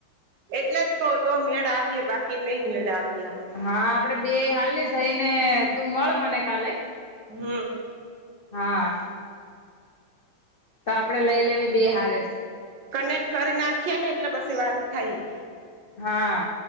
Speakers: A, on the right; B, on the left.
A: એટલેજ કોતો મેળ આવીયે બાકી નહી મેળ આવીએ આમાં.
B: હા આપડે બે હાલ ની સઈને તું મળ મને કાલે
A: હમ્મ
B: હા, તો આપડે લઈ લેવી બે હારેસ.
A: કનેક્ટ કરી નાખીએને, એટલે પસી વાત થાય.
B: હા